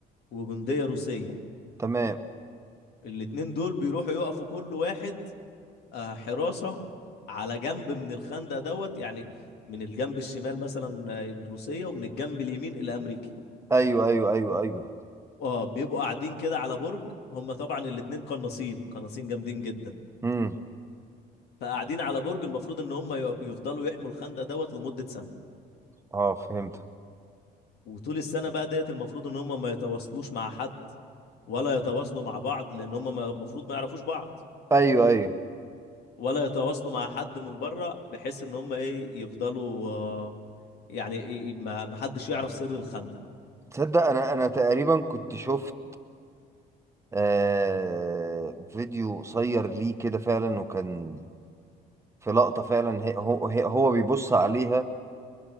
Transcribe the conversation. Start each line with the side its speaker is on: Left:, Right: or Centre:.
Left: وجنديه روسيه
Right: تمام
Left: الاتنين دول بيروحوا يقفوا كل واحد آه، حراسه على جنب من الخندق دوت يعني من الجنب الشمال مثلا آه، الروسيه ومن الجنب اليمين الامريكي
Right: ايوه ايوه ايوه ايوه
Left: اه بيبقوا قاعدين كده على برج هم طبعا الاتنين قناصين قناصين جامدين جدا
Right: امم
Left: فقاعدين على برج المفروض ان هم ي- يفضلوا يحموا الخندق دوت لمده سنه
Right: اه فهمت
Left: وطول السنة بقى ديت المفروض ان هم ما يتواصلوش مع حد ولا يتواصلوا مع بعض لان هم ما- المفروض ما يعرفوش بعض
Right: ايوه ايوه
Left: ولا يتواصلوا مع حد من بره بحيث ان هم ايه يفضلوا آه، يعني إيه إيه، ما ما حدش يعرف سر الخندق
Right: تصدق انا انا تقريبا كنت شفت آه فيديو قصير ليه كده فعلا وكان في لقطة فعلا هي هو هي هو بيبص عليها